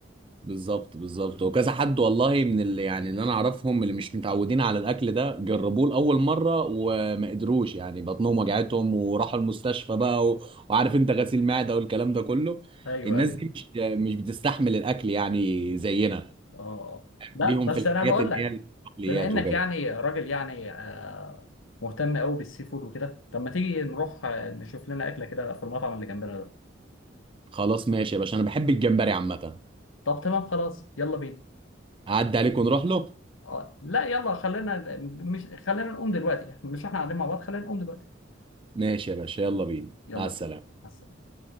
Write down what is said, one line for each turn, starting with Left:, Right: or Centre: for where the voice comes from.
Right: بالظبط بالظبط وكذا حد والله من اللي يعني اللي انا اعرفهم اللي مش متعودين على الاكل ده جربوه لاول مره وما قدروش يعني بطنهم وجعتهم وراحوا المستشفى بقى و... وعارف انت غسيل معده والكلام ده كله
Left: ايوه
Right: الناس
Left: ايوه
Right: دي مش مش بتستحمل الاكل يعني زينا
Left: اه آه. لا
Right: ليهم
Left: بس
Right: في الحاجات
Left: انا بقول
Right: اللي
Left: لك
Right: هي البقليات
Left: بما انك
Right: وكده
Left: يعني راجل يعني آه، مهتم قوي بالسي فود وكده طب ما تيجي نروح آه، نشوف لنا اكله كده في المطعم اللي جنبنا ده
Right: خلاص ماشي يا باشا انا بحب الجمبري عامه
Left: طب تمام خلاص يلا بينا
Right: اعدي عليك ونروح له
Left: اه لا يلا خلينا مش خلينا نقوم دلوقتي مش احنا قاعدين مع بعض خلينا نقوم دلوقتي
Right: ماشي يا باشا يلا بينا
Left: يلا
Right: مع السلامه
Left: بينا مع السلامه